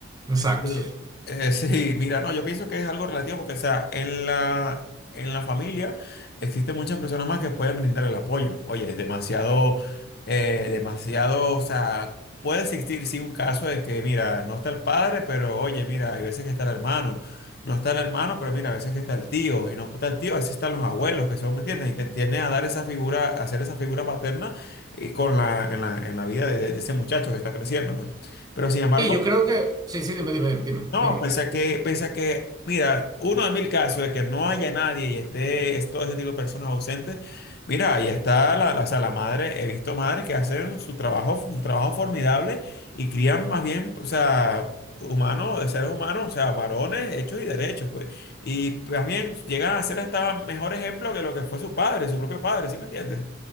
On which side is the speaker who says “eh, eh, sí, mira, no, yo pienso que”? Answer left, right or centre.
Left